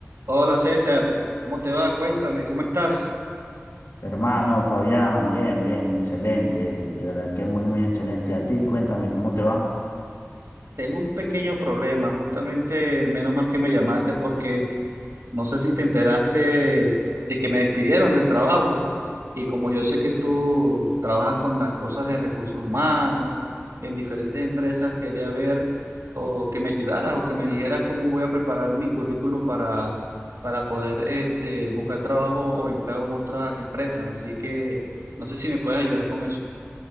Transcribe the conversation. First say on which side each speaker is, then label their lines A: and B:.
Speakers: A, on the right; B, on the left.
A: Hola César, ¿cómo te va? Cuéntame, ¿cómo estás?
B: Hermano Fabián, bien, bien, excelente, de verdad que muy, muy excelente. A ti, cuéntame, ¿cómo te va?
A: Tengo un pequeño problema, justamente menos mal que me llamaste porque no sé si te enteraste de que me despidieron del trabajo y como yo sé que tú trabajas con las cosas de recursos humanos en diferentes empresas, quería ver o que me ayudaras o que me dijeras cómo voy a preparar mi currículum para, para poder este, buscar trabajo o empleo en otras empresas. Así que no sé si me puedes ayudar con eso.